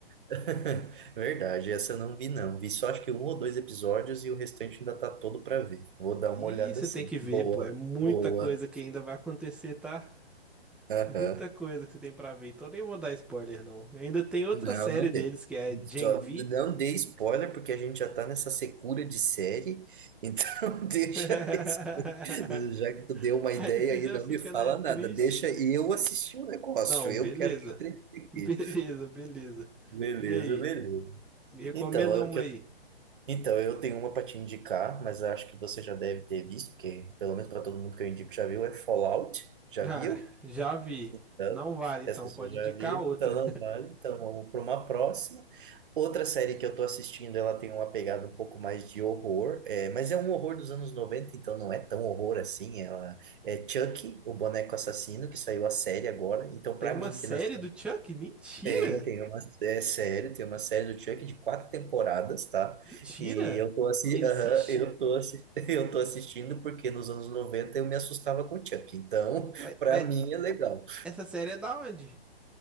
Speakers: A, on the right; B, in the centre.
A: <laughs> Verdade, essa eu não vi não. Vi só acho que um ou dois episódios e o restante ainda tá todo pra ver. Vou dar uma
B: E
A: olhada
B: você
A: assim.
B: tem que ver,
A: Boa,
B: pô, é muita
A: boa.
B: coisa que ainda vai acontecer, tá?
A: Aham.
B: Muita coisa que você tem pra ver, então nem vou dar spoiler, não. Ainda tem outra
A: Não,
B: série
A: não
B: deles
A: dê.
B: que é Gen
A: Só
B: V.
A: não dê spoiler porque a gente já tá nessa secura de série. Então <laughs> deixa
B: <laughs>
A: esse- já que tu deu uma ideia
B: Aí você
A: aí,
B: já
A: não
B: fica,
A: me fala
B: né, triste.
A: nada. Deixa eu assistir o negócio.
B: Não,
A: Eu
B: beleza.
A: quero me entreter
B: <laughs>
A: aqui.
B: Beleza, beleza.
A: Beleza,
B: E aí?
A: beleza.
B: Me recomenda
A: Então,
B: uma aí.
A: Então, eu tenho uma para te indicar, mas eu acho que você já deve ter visto, porque pelo menos para todo mundo que eu indico já viu, é Fallout. Já
B: Ah,
A: viu?
B: já vi.
A: Então,
B: Não vale, então
A: essa pessoa
B: pode
A: já
B: indicar
A: viu,
B: outra.
A: então não vale. Então vamos para uma próxima. Outra série que eu tô assistindo, ela tem uma pegada um pouco mais de horror, é, mas é um horror dos anos noventa então não é tão horror assim. Ela é Chucky, o boneco assassino, que saiu a série agora. Então,
B: Tem
A: para
B: uma
A: mim,
B: série
A: que nas
B: do Chuck? Mentira!
A: tem, tem uma é série, tem uma série do Chuck de quatro temporadas, tá?
B: Mentira!
A: E eu tô assim,
B: Existe?
A: aham, eu tô assi- <laughs> eu tô assistindo porque nos anos 90 eu me assustava com o Chuck. Então, <laughs>
B: Mas,
A: pra
B: mas
A: mim é legal.
B: essa série é da onde?